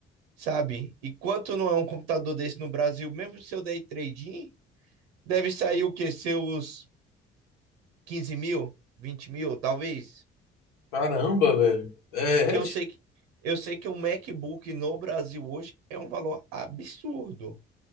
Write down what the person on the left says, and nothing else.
Caramba, velho. É,
é
ti-